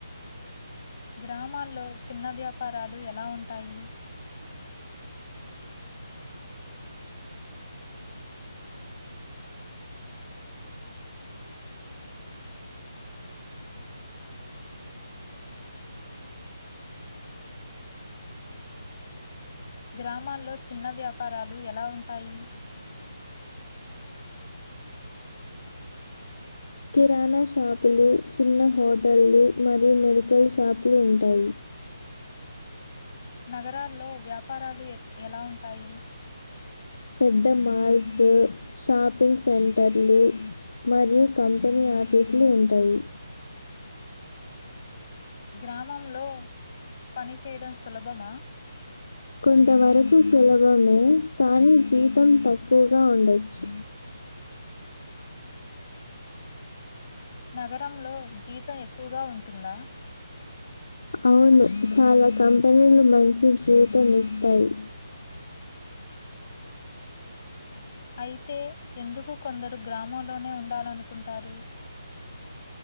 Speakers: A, on the left; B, on the left.
A: గ్రామాల్లో చిన్న వ్యాపారాలు ఎలా ఉంటాయి. గ్రామాల్లో చిన్న వ్యాపారాలు ఎలా ఉంటాయి.
B: కిరాణా షాపులు, చిన్న హోటళ్లు మరియు మెడికల్ షాపులు ఉంటాయి.
A: నగరాల్లో వ్యాపారాలు ఎలా ఉంటాయి.
B: పెద్ద మాల్స్ షాపింగ్ సెంటర్లు మరియు కంపెనీ ఆఫీసులు ఉంటాయి.
A: గ్రామంలో పని చెయడం సులభమా
B: కొంతవరకు సులభమే కానీ జీతం తక్కువగా ఉండొచ్చు.
A: నగరంలో జీతం ఎక్కువగా ఉంటుందా
B: అవును చాలా కంపెనీలు మంచి జీతం ఇస్తయి.
A: అయితే ఎందుకు కొందరు గ్రామంలోనే ఉండాలనుకుంటారు.